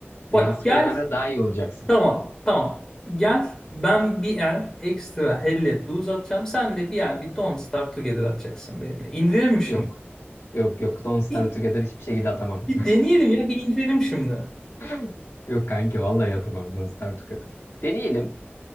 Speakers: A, on the left (about 20°); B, on the left (about 75°).
A: Bak
B: Realistik
A: gel.
B: oyunlarda daha iyi olacaksın.
A: Tamam. Tamam. Gel. Ben bir el ekstra helle lose atacağım. Sen de bir el bir don't start together atacaksın benimle. İndirelim mi şimdi?
B: Yok. Yok yok. Don't Starve
A: Bir,
B: Together hiçbir şekilde atamam.
A: bir deneyelim ya. Bir indirelim şimdi.
B: <laughs> Yok kanki vallahi atamam Don't Starve Together. Deneyelim.